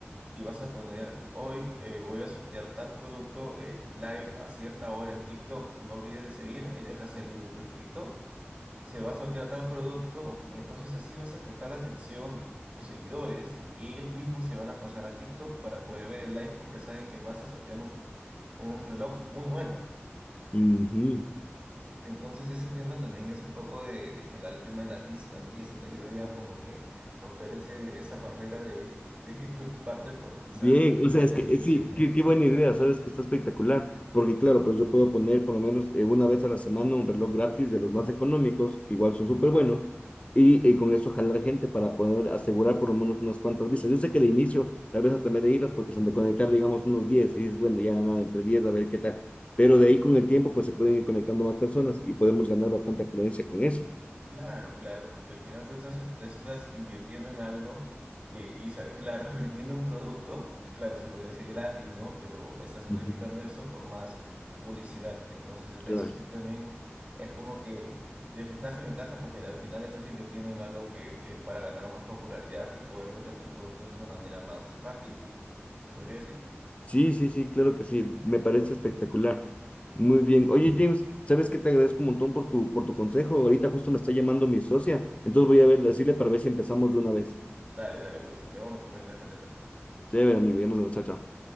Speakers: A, on the right (about 25°); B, on the left (about 30°).
A: y vas a poner, hoy eh, voy a sortear tal producto en live a cierta hora en TikTok. No olvides de seguirme y dejas el link de tu TikTok. se va a sortear tal producto y entonces así vas a captar la atención de tus seguidores y ellos mismos se van a pasar a TikTok para poder ver el live porque saben que vas a sortear un, sor- un reloj muy bueno.
B: Ujú.
A: Entonces ese tema también es un poco de, de jalar el tema de las vistas y eso te ayudaría como que romper ese, esa barrera de, de <laughs> preocuparte por quizás
B: Bien,
A: este,
B: o sea,
A: no haya
B: es que
A: ningún
B: eh, sí,
A: seguidor.
B: qué, qué buena idea, sabes que está espectacular, porque claro, pues yo puedo poner por lo menos eh, una vez a la semana un reloj gratis de los más económicos, que igual son súper buenos, y, y con eso jalar gente para poder asegurar por lo menos unas cuantas vistas. Yo sé que de inicio tal vez hasta me de iras porque son de conectar, digamos, unos 10 y dices, bueno, ya nada, entre 10 a ver qué tal, pero de ahí con el tiempo pues se pueden ir conectando más personas y podemos ganar bastante afluencia con eso.
A: Claro, claro, porque al final tú estás, te estás invirtiendo en algo que, y, sa- claro, <laughs> vendiendo un producto, claro, se podría decir gratis, ¿no? Pero estás sacrificando
B: Ujú.
A: eso por más publicidad. Entonces, eso
B: Claro.
A: sí también es como que desventaja y ventaja porque al final estás invirtiendo en algo que es para ganar más popularidad y poder vender tus productos de una manera más rápida, ¿te podría decir?
B: Sí, sí, sí, claro que sí. Me parece espectacular. Muy bien. Oye, James, ¿sabes qué? Te agradezco un montón por tu, por tu consejo. Ahorita justo me está llamando mi socia. Entonces voy a ver, decirle para ver si empezamos de una vez.
A: Dale, dale, Wilson, luego me comentas qué tal te fue.
B: Chévere, amigo. Ya nos vemos. Chao, chao.